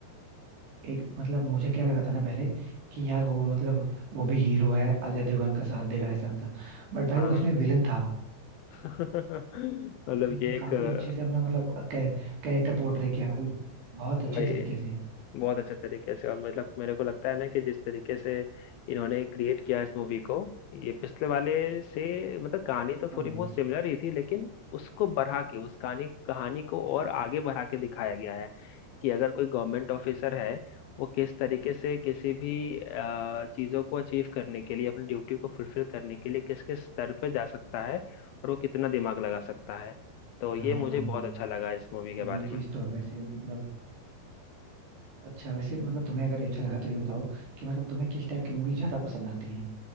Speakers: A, on the right; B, on the left.
A: एक मतलब मुझे क्या लगा था ना पहले कि यार वो मतलब वो भी हीरो है अजय देवगन का साथ देगा ऐसा वैसा बट भाई
B: हाँ
A: वो इसमें विलन था
B: <laughs> मतलब
A: उनने
B: ये एक
A: काफी
B: अ,
A: अच्छे से अपना मतलब कैरेक्टर पोर्ट्रे किया भाई बहुत अच्छे
B: वही
A: तरीके से
B: बहुत अच्छे तरीके से और मतलब मेरे को लगता है ना कि जिस तरीके से इन्होंने क्रिएट किया इस मूवी को ये पिछले वाले से मतलब कहानी तो
A: हाँ
B: थोड़ी बहुत सिमिलर ही थी लेकिन उसको बढ़ा के उस कहानी कहानी को और आगे बढ़ा के दिखाया गया है कि अगर कोई गवर्नमेंट ऑफिसर है वो किस तरीके से किसी भी अ, चीज़ों को अचीव करने के लिए अपनी ड्यूटी को फुलफिल करने के लिए किस किस स्तर पर जा सकता है और वो कितना दिमाग लगा सकता है तो ये
A: हाँ
B: मुझे बहुत अच्छा लगा इस मूवी के बारे
A: ये
B: में
A: चीज तो है वैसे मतलब अच्छा वैसे मतलब तुम्हें अगर ये अच्छा लगा तो ये बताओ कि मतलब तुम्हें किस टाइप की मूवी ज्यादा पसंद आती है